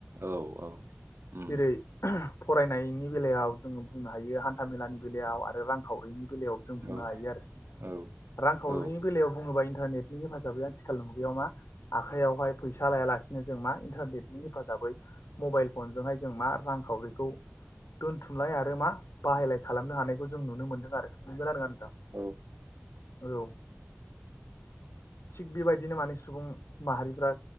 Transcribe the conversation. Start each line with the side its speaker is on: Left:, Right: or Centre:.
Right: औ औ
Left: <inaudible>
Right: उम
Left: जेरै फरायनायनि बेलायाव जोङो बुंनो हायो हान्थाामेलानि बेलायाव आरो रांखावरिनि बेलायाव जों बुंनो
Right: औ
Left: हायो आरो
Right: औ
Left: रांखावरिनि
Right: औ
Left: बेलायाव बुङोबा इन्टारनेटनि हेफाजाबै आथिखाल मुगायाव मा आखाइआवहाय फै फिसा लायालासिनो जों मा इन्टारनेटनि हेफाजाबै मबाइल फनजोंहाय जों मा रांखावरिखौ दोनथुमलाय आरो मा बाहायलाय खालामनो हानायखौ जों नुनो मोनदों आरो नंगोना नङा नोंथां
Right: औ
Left: औ थिग बेबायदिनो माने सुबुं माहारिफ्रा